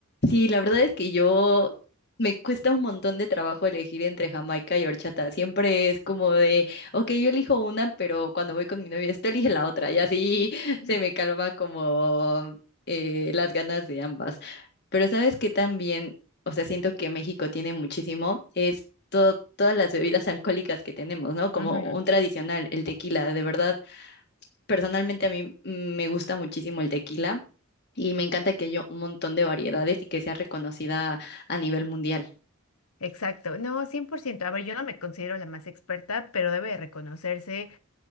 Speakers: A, on the left; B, on the left.
A: Sí, la verdad es que yo me cuesta un montón de trabajo elegir entre jamaica y horchata. Siempre es como de, ok, yo elijo una, pero cuando voy con mi novia, esto elige la otra. Y así <laughs>
B: <laughs>
A: se me calma como eh, las ganas de ambas. Pero sabes que también, o sea, siento que México tiene muchísimo, es to- todas las bebidas alcohólicas que tenemos, ¿no? Como
B: Ujú.
A: un tradicional, el tequila. De verdad, personalmente a mí mm, me gusta muchísimo el tequila. Y me encanta que haya un montón de variedades y que sea reconocida a nivel mundial.
B: Exacto, no, 100%. A ver, yo no me considero la más experta, pero debe de reconocerse